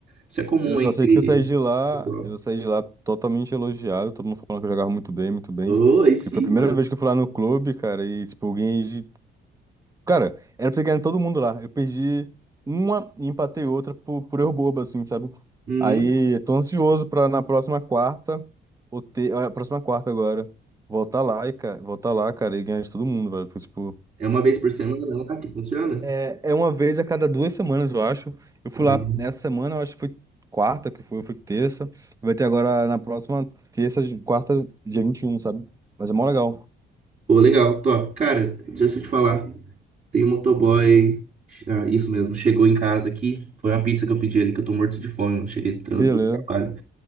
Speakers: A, on the right; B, on the right.
A: Isso é comum
B: Eu só
A: entre
B: sei que eu saí de lá,
A: o pessoal.
B: eu saí de lá totalmente elogiado, todo mundo falando que eu jogava muito bem, muito bem.
A: Ô, aí sim,
B: Porque foi a primeira
A: mano.
B: vez que eu fui lá no clube, cara, e, tipo, eu ganhei de Cara, era pra ter ganho todo mundo lá. Eu perdi uma e empatei outra por, por erro bobo, assim, sabe?
A: Uhum.
B: Aí, eu tô ansioso pra na próxima quarta, ou ter, a próxima quarta agora, voltar lá e, cara, voltar lá, cara, e ganhar de todo mundo, velho. Porque, tipo,
A: É uma vez por semana lá que funciona?
B: é, é uma vez a cada duas semanas, eu acho. Eu fui
A: Ah.
B: lá essa semana, eu acho que foi quarta que foi, foi terça. Vai ter agora na próxima terça, quarta, dia 21 sabe? Mas é mó legal.
A: Pô, legal, top. Cara, deixa eu te falar. Tem um motoboy. Ah, isso mesmo, chegou em casa aqui. Foi uma pizza que eu pedi ali, que eu tô morto de fome. mano. Cheguei do tra-
B: Beleza.
A: do trabalho.